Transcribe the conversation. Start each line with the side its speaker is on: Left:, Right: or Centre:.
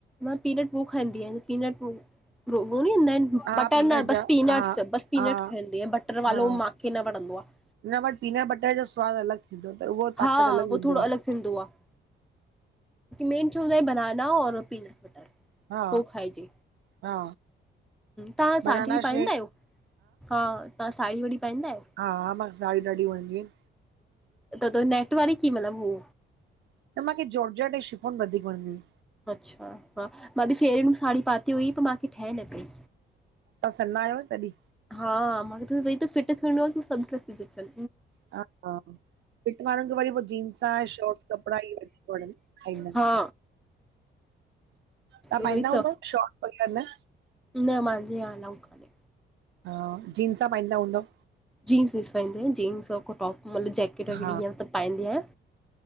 Centre: मां पीनट पो खंदी आहियां, पीनट व ओ हूंदा आहिनि <unintelligible>
Right: हा
Centre: बटर
Right: पीनट
Centre: न
Right: जा
Centre: बस पीनट्स,
Right: हा
Centre: बस पीनट
Right: हा
Centre: खाईंदी आहियां। बटर वालो
Right: हा
Centre: मांखे न वणंदो आह।
Right: हुन वटि पीनट बटर जो सवादु अलॻ थींदो, त उहो ताक़त
Centre: हा
Right: अलॻि
Centre: उहो
Right: ॾींदो
Centre: थोरो अलॻि
Right: आह।
Centre: थींदो आहे मेन चवंदा आहिनि बनाना, और पीनट बटर।
Right: हा,
Centre: उहो खाइजे
Right: हा।
Centre: तव्हां साढी
Right: बनाना
Centre: पाईंदा
Right: शेक
Centre: आहियो?, हा, तव्हां साड़ी वड़ी पाईंदा आहियो?
Right: हा मां साड़ियूं ॾाढियूं वणंदियूं आहिनि।
Centre: त नेट वरी की मतलब हो?
Right: त माखे जॉर्जट ऐ शिफोन वधीक वणंदी आहिन।
Centre: अच्छा हा मां बि फेरन में साड़ी पाती हुई पर मां खे ठह न पई।
Right: तव्हां सन्हा आहियो तॾहिं
Centre: हा मूंखे त फिट थियणो आहे सभ ड्रसच <inaudible>
Right: हा हा फिट वारनि खे वरी पोइ जींस शॉर्ट्स कपिड़ा ई ठईंदा आहिन।
Centre: हा
Right: ताहां
Centre: उहोई
Right: पाईंदा हूंद
Centre: त
Right: न शॉट्स वग़ैरह न?
Centre: न माहिंजे या आलऊ काने।
Right: हाजींस पाईंदा हूंदव?
Centre: जींस विं। स पाईंदी आहि जींस टॉप मतलबु जेकेट वग़ैह
Right: हा
Centre: ईअ सभु पाईंदी आहियां